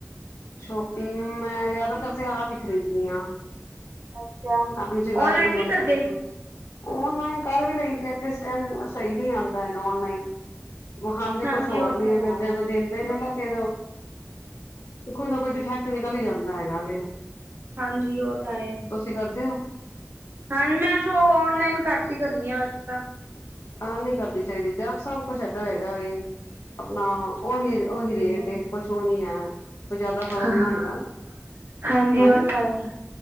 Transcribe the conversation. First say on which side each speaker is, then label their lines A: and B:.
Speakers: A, on the left (about 75°); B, on the right (about 50°).
A: ਸ਼ੋਪਿੰਗ, ਮੈਂ ਜ਼ਿਆਦਾਤਰ ਤੇ ਆਪ ਹੀ ਖਰੀਦਦੀ ਹਾਂ।
B: ਅੱਛਾ
A: ਆਪਣੀ ਜਗਾਧਰੀ
B: ਔਨਲਾਈਨ
A: ਤੋਂ
B: ਨਹੀਂ
A: ਵੀ,
B: ਕਰਦੇ
A: ਔਨਲਾਈਨ ਕਰ ਵੀ ਲਈ ਦੀਆ। ਇਹਨੂੰ ਸਹੀ ਨੀ ਆਉਂਦਾ ਹੈਗਾ ਔਨਲਾਈਨ। ਵਿਖਾਉਂਦੇ
B: ਹਾਂਜੀ
A: ਕੁਛ ਹੋਰ
B: ਉਹ
A: ਨੀ,
B: ਤਾਂ ਹੈ।
A: ਫਿਰ ਜਦੋਂ ਦਿੰਦੇ ਨੇ ਤਾਂ, ਫਿਰ ਕੋਈ ਨਾ ਕੋਈ ਡਿਫੈਕਟ ਨਿਕਲ ਹੀ ਜਾਂਦਾ ਹੈਗਾ ਵ।
B: ਹਾਂਜੀ ਉਹ ਤਾਂ ਹੈ
A: ਤੁਸੀਂ ਕਰਦੇ ਹੋ।
B: ਹਾਂਜੀ ਮੈਂ ਸ਼ੋਪਿੰਗ ਓਨਲਾਈਨ ਘਟ ਹੀ ਕਰਨੀ ਆ ਵੈਸੇ ਤਾਂ।
A: ਆਹ ਨਹੀਂ ਕਰਨੀ
B: <unintelligible>
A: ਚਾਹੀਦੀ ਜਦ ਸਭ ਕੁਛ ਏਧਰ ਹੈਗਾ ਵੇ ਆਪਣਾ ਉਹੀ ਉਹੀ ਰੇਟ ਏ, ਕੁਛ ਉਹ ਨੀ ਹੈ ਕੋਈ ਜ਼ਿਆਦਾ ਫ਼ਰਕ ਨਹੀਂ ਹੈਗਾ
B: ਹਾਂਜੀ,
A: ਹੈਨੀ
B: ਉਹ ਤਾਂ ਹੈ।